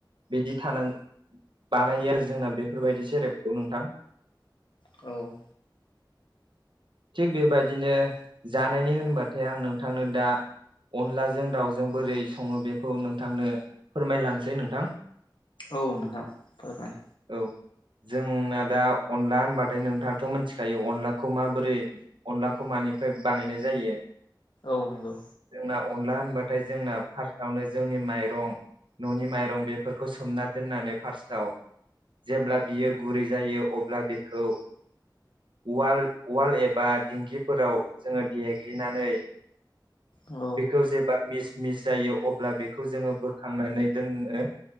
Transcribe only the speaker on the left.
औ
औ नोंथां फोरमाय।
औ नंगौ
औ